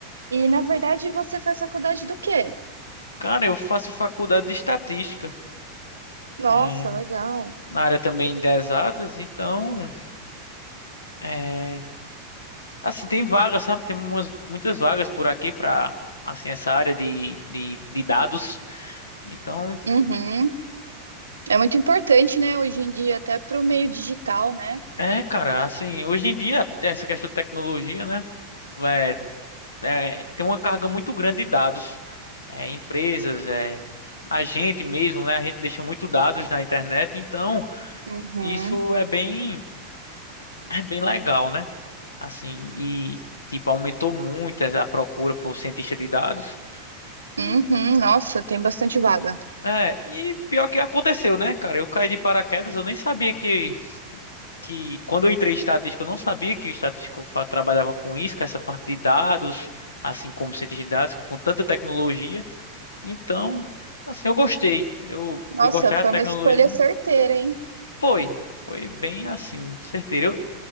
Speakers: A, on the right; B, on the left.
A: E na verdade você faz faculdade do quê?
B: Cara, eu faço faculdade de estatística,
A: Nossa,
B: é,
A: legal.
B: na área também de exatas, então, é, assim, tem vagas, sabe? Tem umas, muitas vagas por aqui pra, assim, essa área de, de, de dados. Então.
A: Uhum. É muito importante, né, hoje em dia, até para o meio digital, né?
B: É, cara, assim, hoje em dia, essa questão de tecnologia, né? É, é, tem uma carga muito grande de dados. É, empresas, é, a gente mesmo, né? A gente deixa muito dados na internet, então
A: Uhum.
B: isso é bem, é bem legal, né? Assim, e tipo, aumentou muito a procura por cientista de dados. E,
A: Uhum. Nossa, tem bastante vaga.
B: é, e pior que aconteceu, né, cara? Eu caí de paraquedas, eu nem sabia que que quando eu entrei em estatística, eu não sabia que o estatístico fa- trabalhava com isso, com essa parte de dados, assim como cientista de dados, com tanta tecnologia. Então, assim, eu gostei. Eu,
A: Nossa,
B: eu gostava
A: foi
B: de tecnologia.
A: uma escolha certeira, hein?
B: Foi, foi bem assim, certeiro.